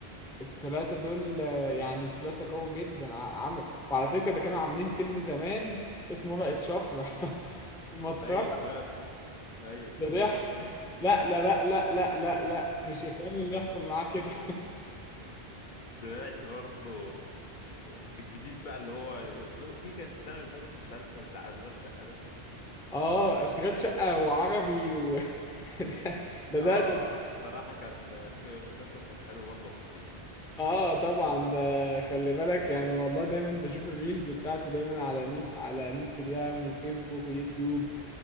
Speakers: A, in the centre; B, on the left (about 55°).
A: التلاتة دول آه، يعني ثلاثة قوي جدا ع- عمل وعلى فكرة ده كانوا عاملين فيلم زمان اسمه ورقة شفرة <laughs> مسخرة
B: ايوه سمعت ايوه
A: ده
B: <laughs>
A: ضحك لا لا لا لا لا لا لا مش الكلام اللي يحصل معاه كده
B: سمعت برضه في الجديد بقى اللي هو في كان السنة اللي فاتت مسلسل بتاع أشغال شقة ده
A: اه اشتغال شقة وعربي و... <laughs> ده ده
B: اه
A: ده
B: الصراحة كان في مسلسل كان حلو برضه وخفيف
A: اه طبعا ده خلي بالك يعني والله دايما بشوف الريلز بتاعته دايما على نس على انستجرام وفيسبوك ويوتيوب